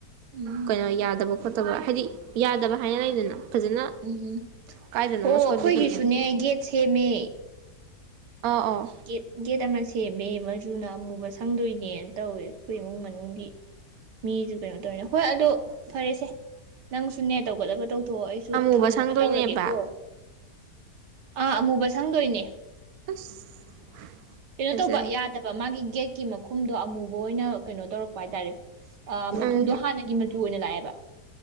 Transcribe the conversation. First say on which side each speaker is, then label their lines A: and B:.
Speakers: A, on the right; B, on the right.
A: ꯎꯝ
B: ꯀꯩꯅꯣ ꯌꯥꯗꯕ ꯈꯣꯠꯇꯕ ꯍꯥꯏꯗꯤ ꯌꯥꯗꯕ ꯍꯥꯏꯅ ꯂꯩꯗꯅ ꯐꯖꯅ
A: ꯎꯝ
B: ꯀꯥꯏꯗꯅꯣꯝꯃ
A: ꯑꯣ
B: ꯁꯣꯏꯕꯒꯤꯅꯦꯕ꯫
A: ꯑꯩꯈꯣꯏꯒꯤꯁꯨꯅꯦ ꯒꯦꯠ ꯁꯦꯝꯃꯦ
B: ꯑꯥ ꯑꯣ
A: ꯒꯦꯠ ꯒꯦꯠ ꯑꯃ ꯁꯦꯝꯃꯦ ꯃ ꯨꯃꯆꯨꯅ ꯑꯃꯨꯕ ꯁ ꯁꯪꯗꯣꯏꯅꯦꯅ ꯇꯧꯋꯦ ꯑꯩꯈꯣꯏ ꯏꯃꯨꯡ ꯃꯅꯨꯡꯒꯤ ꯃꯤꯁꯨ ꯀꯩꯅꯣ ꯇꯧꯋꯅꯦ ꯍꯣꯏ ꯑꯗꯣ ꯐꯔꯦꯁꯦ ꯅꯪꯁꯨꯅꯦ ꯇꯧꯒꯗꯕ ꯇꯧ ꯍꯣ ꯑꯩꯁꯨ
B: ꯑꯃꯨꯕ
A: ꯊꯝꯅꯕ
B: ꯁꯪꯗꯣꯏꯅꯦꯕ
A: ꯇꯧꯔꯒꯦꯀꯣ꯫ ꯑꯥ ꯑꯃꯨꯕ ꯁꯪꯗꯣꯏꯅꯦ꯫
B: ꯑꯁ
A: ꯀꯩꯅꯣ
B: ꯐꯖ
A: ꯇꯧꯕ ꯌꯥꯗꯕ ꯃꯥꯒꯤ ꯒꯦꯠ ꯀꯤ ꯃꯈꯨꯝꯗꯣ ꯑꯃꯨꯕ ꯑꯣꯏꯅ ꯀꯩꯅꯣ ꯇꯧꯔꯛꯄ ꯍꯥꯏꯇꯥꯔꯦ ꯑꯥ ꯃꯆꯨꯗꯣ
B: ꯎꯝ
A: ꯍꯥꯟꯅꯒꯤ ꯃꯆꯨ ꯑꯣꯏꯅ ꯂꯥꯛꯑꯦꯕ